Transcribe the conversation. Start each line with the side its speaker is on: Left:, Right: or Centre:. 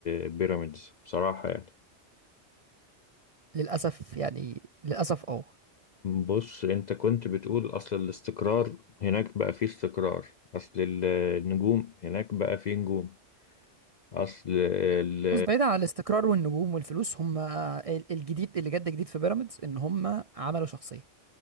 Left: آه، بيراميدز بصراحة يعني
Right: للاسف يعني للاسف اه
Left: بص انت كنت بتقول اصل الاستقرار هناك بقى فيه استقرار اصل ال- النجوم هناك بقى فيه نجوم اصل ال...
Right: بص بعيدا عن الاستقرار والنجوم والفلوس هم ال- الجديد اللي جد جديد في بيراميدز ان هم عملوا شخصيه